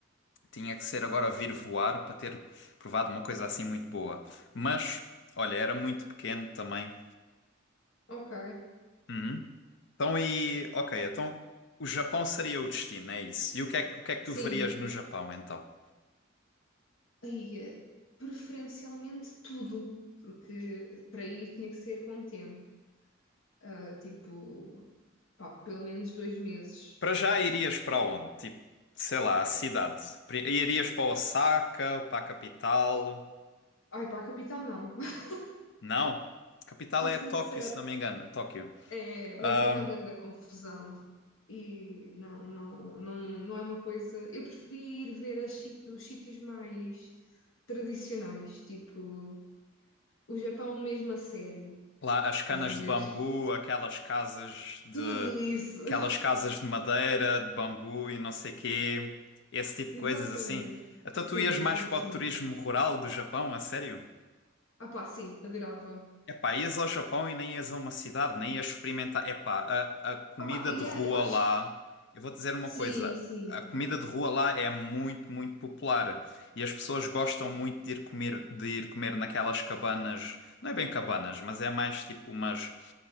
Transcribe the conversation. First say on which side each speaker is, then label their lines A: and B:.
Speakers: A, on the left; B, on the left.
A: tinha que ser agora vir voar para ter provado uma coisa assim muito boa. Mas, olha, era muito pequeno também.
B: ok,
A: Uhum. Então e, ok, então o Japão seria o destino, é isso. E o que é, que- o que é que
B: sim,
A: tu verias no Japão então?
B: ia, preferencialmente tudo, porque para ir tinha que ser com tempo, ah, tipo, pá, pelo menos dois meses.
A: Para já irias para onde? Tipo, sei lá, a cidade. Pri- Irias para Osaka, para a capital?
B: Ai, para a capital não, <laughs>
A: Não. Capital
B: sou
A: é
B: sincera,
A: Tóquio, se não me engano. Tóquio.
B: é, mas
A: Ahm,
B: é uma grande confusão. E não, não, não, não é uma coisa. Eu preferia ir ver as sit- os sítios mais tradicionais, tipo o Japão mesmo a sério,
A: lá as canas
B: estás a
A: de
B: ver?
A: bambu, aquelas casas de
B: Tudo isso!
A: aquelas
B: <laughs>
A: casas de madeira, de bambu e não sei quê, esse tipo de
B: Exatamente.
A: coisas assim. Então
B: Sim,
A: tu ias mais
B: sim,
A: para
B: sim.
A: o turismo rural do Japão, a sério?
B: Ah pá, sim, adorava.
A: Epá, ias ao Japão e nem ias a uma cidade, nem ias experimentar. Epá, a, a comida
B: Ah pá, e
A: de rua
B: é- eu acho
A: lá.
B: que.
A: Eu vou dizer uma coisa:
B: Sim, sim.
A: a comida de rua lá é muito, muito popular. E as pessoas gostam muito de ir comer, de ir comer naquelas cabanas. Não é bem cabanas, mas é mais tipo umas.